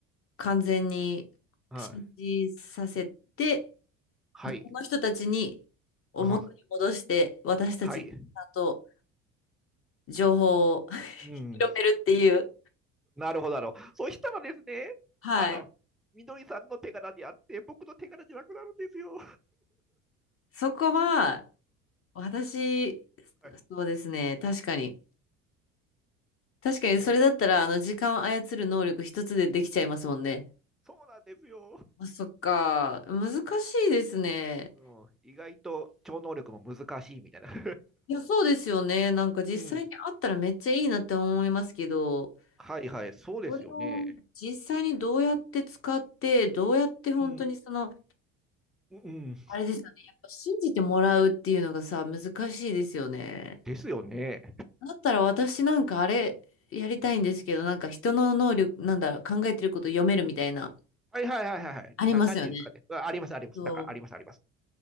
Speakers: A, on the left; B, in the centre.
A: 完全に信じさせて、
B: はい。はい。
A: で、この人たちに、を元に戻して、
B: あ
A: 私たち、
B: はい。
A: ちゃんと情報を <laughs>
B: うん。
A: 広めるっていう、
B: なるほど、なるほど。そしたらですね、
A: はい。
B: あの、みどりさんの手柄であって、僕の手柄じゃなくなるんですよ。
A: そこは、私、
B: はい。
A: そうですね、確かに。確かに、
B: もう、
A: それだったら、あの、時間を操る能力一つでできちゃいますもんね。
B: そうなんですよ。
A: あ、そっか。難しいですね。
B: うん。意外と超能力も難しいみたいな。<laughs>
A: いや、そうですよね。なんか実際にあったらめっちゃいいなって思いますけど、
B: うん。はいはい。そうですよね。
A: それを実際にどうやって使って、どうやって本当にその、
B: うん。うん。
A: あれですよね。やっぱ信じてもらうっていうのがさ、難しいですよね。
B: <laughs> ですよね。
A: だったら私なんかあれやりたいんですけど、なんか人の能力、なんだろう、考えてること読めるみたいな、
B: はいはいはいはいはい。
A: ありますよね。
B: な、なんていうんですかね。あありますあります。
A: そう。
B: なんかありますあります。